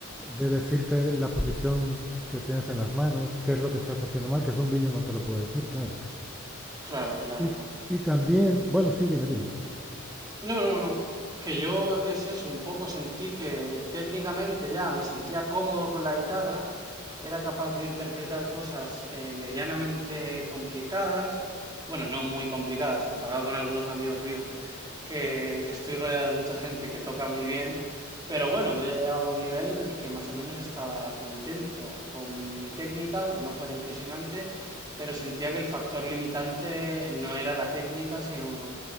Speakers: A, in the centre; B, on the right.
A: de decirte la posición que tienes en las manos, qué es lo que estás haciendo mal, que es un vídeo no te lo puedo decir, claro.
B: claro, claro.
A: Y, y también, bueno, sí, dime, dime.
B: No, no, no. Que yo es eso, un poco sentí que técnicamente ya me sentía cómodo con la guitarra, era capaz de interpretar cosas eh, medianamente complicadas, bueno, no muy complicadas comparado con algunos amigos míos, que estoy rodeado de mucha gente que toca muy bien, pero bueno, yo ya llegaba a un nivel en el que más o menos estaba contento con mi técnica, aunque no fuera impresionante, pero sentía que el factor limitante no era la técnica, sino